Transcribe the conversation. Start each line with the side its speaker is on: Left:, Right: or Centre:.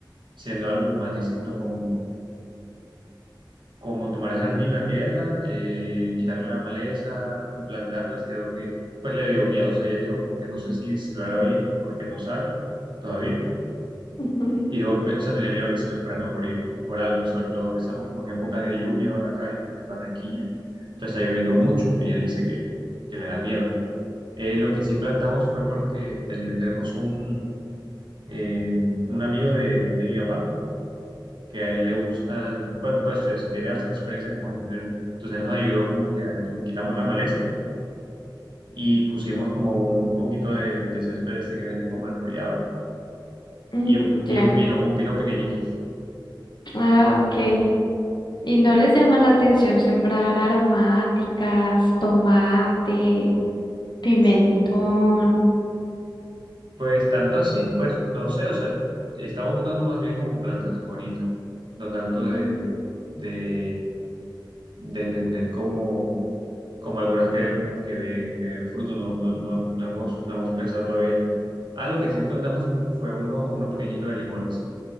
Right: siendo algo más distinto como como tomar el jardín, la tierra, eh, quitarle la maleza y plantarlas, creo que pues le dio miedo, o sea, ella dijo como que no sé si, si lo haga bien porque no sabe todavía,
Left: Ujú.
Right: y dijo, pe- o sea, tenía miedo que se le fueran a morir por algo, y sobre todo que estamos como en época de lluvia ahora acá en, en Barranquilla, entonces está lloviendo mucho y ella dice que, que le da miedo. Eh, lo que sí plantamos fue porque tenía- tenemos un, eh, un amigo de, de mi papá, que a él le gustan, bueno, pues es- tiene bastante experiencia como jardinero. Entonces él nos ayudó como que a- le quitamos la maleza y pusimos como un poquito de, de césped este que venden como enrollado
Left: Mm,
Right: y un,
Left: ya.
Right: y un pino, un pino pequeñito.
Left: Ah, ok. ¿Y no les llama la atención sembrar aromáticas, tomate, pimentón?
Right: Sí. Pues tanto así, pues no sé, o sea, estamos buscando más bien como plantas bonitas, no tanto de,
Left: Mm,
Right: de, de tener como, como algunas que, den- que, den, que den fruto, no, no, no, no hemos, no hemos pensado todavía. Ah, lo que sí plantamos fue, un- fue uno, uno pequeñito de limones